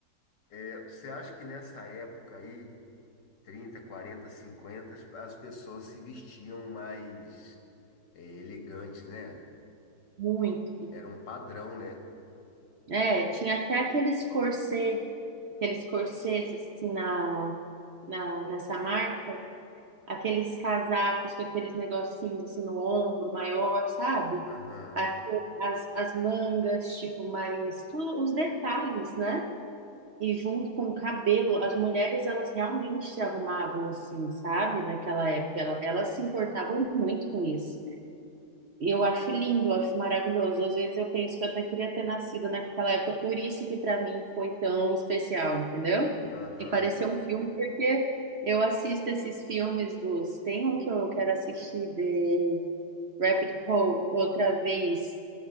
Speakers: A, on the left; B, on the right.
A: É, você acha que nessa época aí 30, 40, 50, as as pessoas se vestiam mais eh, elegantes, né?
B: Muito.
A: Era um padrão, né?
B: É, tinha até aqueles corset, aqueles corsets assim na, na nessa marca. aqueles casacos com aqueles negocinhos assim no ombro maior, sabe?
A: Aham,
B: A- As, as mangas, tipo, mais tudo, os detalhes, né? E junto com o cabelo, as mulheres elas realmente se arrumavam assim, sabe? Naquela época, ela- elas se importavam muito com isso. E Eu acho lindo, eu acho maravilhoso. Às vezes eu penso que eu até queria ter nascido naquela época, por isso que para mim foi tão especial, entendeu?
A: aham,
B: E pareceu um filme, porque eu assisto esses filmes dos. Tem um que eu quero assistir de Rabbit Hole outra vez.